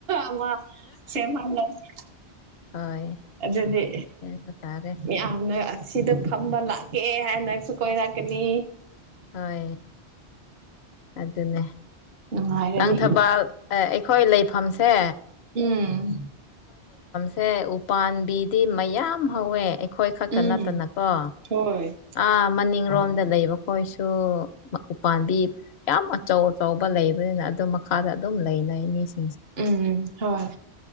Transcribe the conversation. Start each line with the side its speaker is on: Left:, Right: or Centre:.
Right: ꯑꯃ ꯁꯦꯝꯍꯜꯂꯁꯤ
Left: ꯍꯣꯏ
Right: ꯑꯗꯨꯗꯤ
Left: ꯁꯦꯝꯕ ꯇꯥꯔꯦ
Right: ꯌꯥꯝꯅ ꯑꯁꯤꯗ ꯐꯝꯕ ꯂꯥꯛꯀꯦ ꯍꯥꯏ ꯅꯪꯁꯨ ꯀꯣꯏꯔꯛꯀꯅꯤ
Left: ꯍꯣꯏ ꯑꯗꯨꯅꯦ
Right: ꯅꯨꯡꯉꯥꯏꯔꯅꯤ
Left: ꯂꯪꯊꯕꯥꯜ ꯑꯦ ꯑꯩꯈꯣꯏ ꯂꯩꯐꯝꯁꯦ
Right: ꯎꯝ
Left: ꯁꯦ ꯎꯄꯥꯥꯟꯕꯤꯗꯤ ꯃꯌꯥꯝ ꯍꯧꯋꯦ ꯑꯈꯣꯏ ꯈꯛꯇ
Right: ꯎꯝ
Left: ꯅꯠꯇꯅꯀꯣ
Right: ꯍꯣꯏ
Left: ꯑꯥ ꯃꯅꯤꯡꯔꯣꯝ ꯗꯥ ꯂꯩꯕ ꯈꯣꯏꯁꯨ ꯎꯄꯥꯝꯕꯤ ꯌꯥꯝ ꯑꯆꯧ ꯑꯆꯧꯕ ꯂꯩꯕꯅꯤꯅ ꯑꯗꯨ ꯃꯈꯥꯗ ꯑꯗꯨꯝ ꯂꯩ ꯂꯩꯅꯤꯁ
Right: ꯎꯝ ꯍꯣꯏ